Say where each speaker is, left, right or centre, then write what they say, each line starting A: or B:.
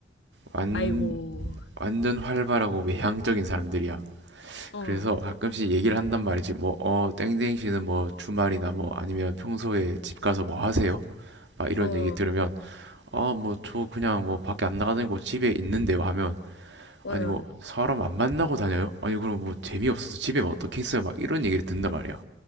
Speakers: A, on the right; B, on the left.
A: 완
B: 아이고,
A: 완전 활발하고 외향적인 사람들이야.
B: 어,
A: 그래서 가끔씩 얘기를 한단 말이지. 뭐, 어, 땡땡 씨는 뭐 주말이나 뭐 아니면 평소에 집 가서 뭐 하세요? 막 이런
B: 어,
A: 얘기 들으면, 아, 뭐 저 그냥 뭐 밖에 안 나가는 거 집에 있는데요 하면,
B: 맞아,
A: 아니 뭐
B: 맞아.
A: 사람 안 만나고 다녀요? 아니 그럼 뭐 재미없어서 집에 뭐 어떻게 있어요? 막 이런 얘기를 듣는단 말이야.